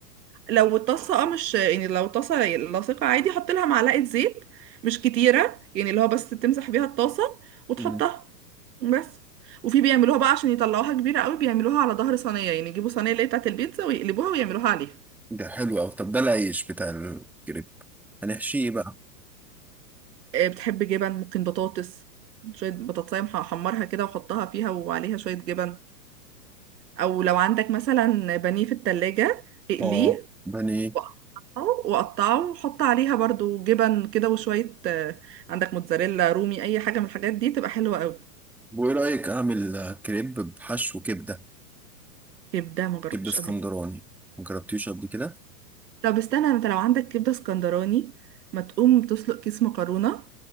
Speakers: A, on the right; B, in the centre.
A: لو الطاسه اه مش يعني لو الطاسه لاصقه عادي حط لها معلقه زيت مش كتيره يعني اللي هو بس تمسح بيها الطاسه وتحطها
B: مم.
A: بس وفي بيعملوها بقى عشان يطلعوها كبيره قوي بيعملوها على ظهر صينيه يعني يجيبوا صينيه اللي هي بتاعت البيتزا ويقلبوها ويعملوها عليها
B: ده حلو أوي طب ده العيش بتاع الكريب هنحشيه بقى
A: آه، بتحب جبن ممكن بطاطس شويه بطاطسايه مح- احمرها كده واحطها فيها وعليها شويه جبن او لو عندك مثلا بانيه في التلاجة اقليه
B: اه بني
A: وأقطعه وأقطعه وأحط عليها برضو جبن كده وشوية آه، عندك موتزاريلا رومي أي حاجة من الحاجات دي تبقى حلوة أوي
B: وايه رايك اعمل كريب بحشو كبده
A: كبدة ما جربتش
B: كبدة اسكندراني
A: قبل كده
B: مجربتيش قبل كده
A: طب استنى انت لو عندك كبدة اسكندراني ما تقوم تسلق كيس مكرونة